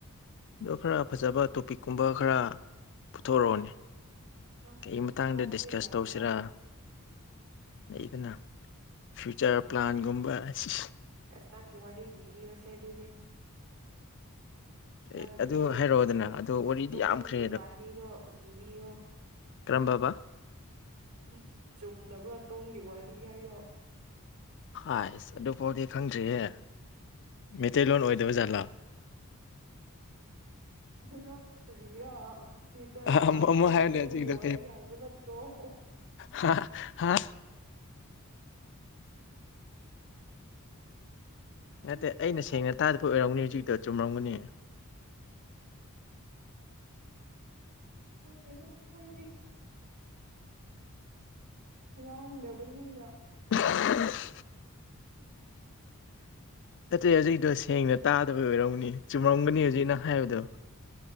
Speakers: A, on the left (about 55°); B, on the right (about 85°).
A: ꯑꯗ ꯈꯔ ꯐꯖꯕ ꯇꯣꯄꯤꯛꯀꯨꯝꯕ ꯈꯔ ꯄꯨꯊꯣꯛꯣꯔꯛꯑꯣꯅꯦ
B: ꯅꯪ
A: ꯀ
B: ꯄꯨꯊꯣꯛ
A: ꯃꯇꯥꯡꯗ
B: ꯊꯣꯛꯄ
A: ꯗꯤꯁꯀꯁ
B: ꯌꯥꯏꯗ
A: ꯇꯧꯁꯤꯔꯥ ꯂꯩꯗꯅ ꯐ꯭ꯌꯨꯆꯔ ꯄ꯭ꯂꯥꯟꯒꯨꯝꯕ ꯑꯁꯤ
B: ꯑꯁꯅ ꯋꯥꯔꯤ ꯗꯕꯤꯁꯦ ꯑꯗꯨꯗꯤ ꯅꯪꯒꯤ
A: ꯑꯦ ꯑꯗꯨ
B: ꯇꯨꯡꯒꯤ
A: ꯍꯥꯏꯔꯛꯑꯣꯗꯅ ꯑꯗꯣ ꯋꯥꯔꯤꯗꯤ
B: ꯇꯨꯡꯒꯤ
A: ꯌꯥꯝꯈ꯭ꯔꯦ
B: ꯋꯥꯔꯤꯗꯣ ꯂꯤꯕꯤꯌꯣ
A: ꯀ꯭ꯔꯝꯕꯥꯕꯥ
B: ꯎꯝ ꯆꯨꯝꯗꯅꯕ꯭ꯔꯣ ꯇꯨꯡꯒꯤ ꯋꯥꯔꯤ ꯍꯥꯏꯗꯣ
A: ꯍꯥꯏꯁ ꯑꯗꯨꯐꯥꯎꯗꯤ ꯈꯪꯗ꯭ꯔꯤꯌꯦ ꯃꯩꯇꯩꯂꯣꯟ ꯑꯣꯏꯗꯕ ꯖꯥꯠꯂꯥ
B: ꯗꯤ ꯂꯣꯟ ꯂꯩꯇꯕꯤꯔꯌꯨꯇꯔ
A: ꯑꯃꯨꯛ
B: ꯂꯥꯟꯅ ꯍꯥꯏꯗꯤ
A: ꯍꯥꯏꯌꯨꯅꯦ
B: ꯇꯨꯡꯒꯤ
A: ꯍꯧꯖꯤꯛꯀꯤꯗꯣ
B: ꯋꯥꯔꯤ ꯍꯥꯏꯕ ꯅꯠꯇ꯭ꯔꯣ ꯑꯣ
A: ꯍꯥ ꯍꯥ ꯅꯠꯇꯦ
B: ꯐ꯭ꯌꯨꯆꯔ
A: ꯑꯩꯅ
B: ꯄ꯭ꯂꯥꯟ
A: ꯁꯦꯡꯅ
B: ꯍꯥꯏꯗꯤ
A: ꯇꯥꯗꯕ
B: ꯇꯨꯡꯒꯤ
A: ꯑꯣꯏꯔꯝꯒꯅꯤ ꯍꯧꯖꯤꯛꯇꯛꯇꯣ ꯆꯨꯝꯔꯝꯒꯅꯤ
B: ꯍꯣꯏꯗꯣꯏꯗꯤ ꯂꯥꯡꯗꯕꯂꯤꯅ
A: <unintelligible> ꯅꯠꯇꯦ ꯍꯧꯖꯤꯛꯗꯣ ꯁꯦꯡꯅ ꯇꯥꯗꯕꯩ ꯑꯣꯏꯔꯝꯅꯤ ꯆꯨꯝꯔꯝꯒꯅꯤ ꯍꯧꯖꯤꯛꯩꯅ ꯍꯥꯏꯕꯗꯣ